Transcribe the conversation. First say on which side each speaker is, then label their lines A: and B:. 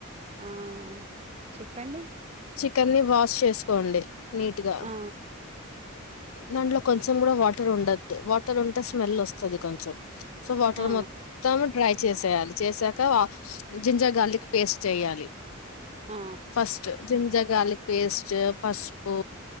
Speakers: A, on the right (about 30°); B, on the left (about 80°).
A: ఆ చెప్పండి
B: కెన్ ని వాష్ చేసుకోండి నీట్ గా
A: ఆ
B: దాంట్లో కొంచెం కూడా వాటర్ ఉండద్దు వాటర్ ఉంటే స్మెల్ వస్తది కొంచెం సో వాటర్
A: ఆ
B: మొత్తం డ్రై చేసేయాలి చేసాక జింజర్ గార్లిక్ పేస్ట్ వెయ్యాలి
A: ఆ
B: ఫస్ట్ జింజర్ గార్లిక్ పేస్ట్ పసుపు